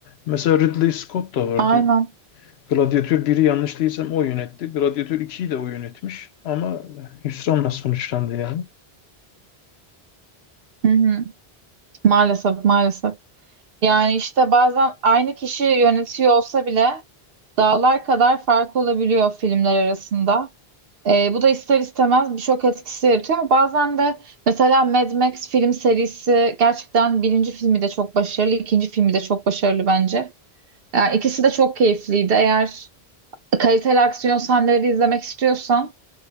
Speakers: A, on the left (about 80°); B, on the right (about 65°).
A: Mesela Ridley Scott da vardı.
B: Aynen.
A: Gladiator biri yanlış değilsem o yönetti. Gladiator ikiyi de o yönetmiş. Ama hüsranla sonuçlandı yani.
B: Hı hı. Maalesef maalesef. Yani işte bazen aynı kişi yönetiyor olsa bile dağlar kadar fark olabiliyor filmler arasında. Ee, bu da ister istemez bir şok etkisi yaratıyor ama bazen de mesela Mad Max film serisi gerçekten birinci filmi de çok başarılı, ikinci filmi de çok başarılı bence. Yani ikisi de çok keyifliydi. Eğer kaliteli aksiyon sahneleri izlemek istiyorsan